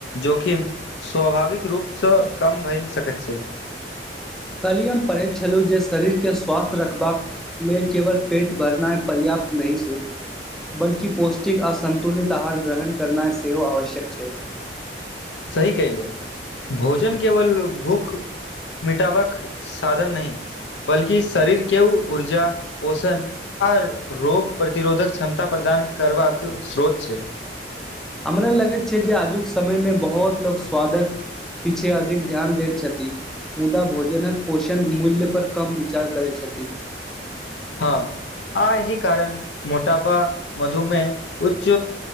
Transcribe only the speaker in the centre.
कलिय हम पढ़ैत छलहु जे शरीरके स्वास्थ रखबाक मे केवल पेट भरनाई पर्याप्त नई छै बल्कि पौष्टिक आ सन्तुलित आहार ग्रहण करनाई सेहो आवश्यक छै
हमरा लगैत छै जे आजुक समय मे बहुत लोग स्वादक पीछे अधिक ध्यान दैत छथि मुदा भोजनक पोषण मूल्य पर कम विचार करै छथि